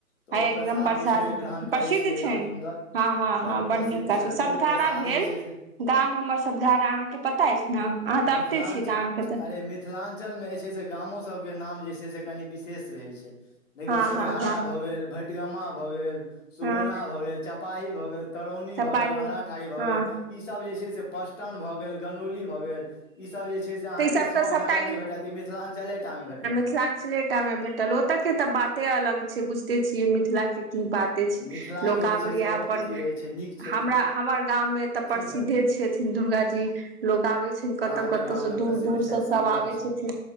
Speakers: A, on the left; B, on the right.
A: तऽ ओ
B: आ एकदम
A: प्रसाद जे छै ग्रहण।
B: प्रसिद्ध
A: करै छीयै
B: छनि
A: एकदम सुन्दर
B: हँ हँ हँ,
A: बड्ड
B: बड़
A: प्रसिद्ध
B: नीक काज,
A: छनि
B: सदघारा
A: ओ प्रसाद
B: भेल
A: जे छै से
B: गाम हमर सदघारा। अहाँके पता अछि ने अहाँ तऽ
A: मिथिलांचल
B: अबिते छियै तऽ अहाँके तऽ
A: अरे मि मिथिलांचलमे जे छै से गाम सभके नाम जे छै से कनि विशेष रहैत छै। देखियौ,
B: हँ
A: सतघरा
B: हँ हँ
A: भऽ गेल, भटगा भऽ गेल, सुगुना
B: हँ
A: भऽ गेल, चपाही भऽ गेल। तरौनी
B: चपाही
A: भऽ गेल, अन्धरा
B: मे
A: ठाढ़ी भऽ
B: हँ
A: गेल, ई सभ जे छै से पचटन भऽ गेल, गनौली भऽ गेल। ई सभ जे छै, से अहाँकेँ
B: तऽ ई सब
A: सभ
B: तऽ सभटा
A: जगह नहि भेटत ई मिथिलांचलमे भेटत।
B: मिथिलांचल मे भेटल ओतयक तऽ बाते अलग छै, बुझिते छियै मिथिलाकेँ। के की बाते,
A: तऽ मिथिलाके
B: लोक आबैए
A: जे छै से ओ
B: अपन
A: अथी रहै छै नीक छै
B: हमरा हमर दाम में तऽ
A: खुशी
B: प्रसिद्धे
A: भेल
B: छथिन दुर्गा जी लोक आबे छै कतौ
A: अहाँके
B: कतौ ओतसँ
A: गाममे
B: दूर
A: प्रसिद्ध
B: दूर
A: छथि
B: से सब
A: सही बात
B: आबै
A: छै
B: छथिन